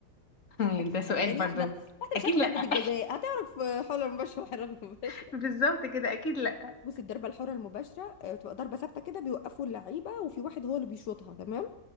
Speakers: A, on the left; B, on the left.
A: <laughs>
B: اكيد
A: ده سؤال
B: لأ. يعني
A: برضو
B: واحدة واحدة
A: اكيد
B: مش عارفة
A: لا
B: ضربة الجزاء هتعرف حرة مباشرة وحرة غير مباشرة
A: <laughs> بالظبط كده اكيد لا
B: بص الضربة الحرة المباشرة آه، بتبقى ضربة ثابتة كده بيوقفوا اللعيبة وفي واحد هو اللي بيشوطها تمام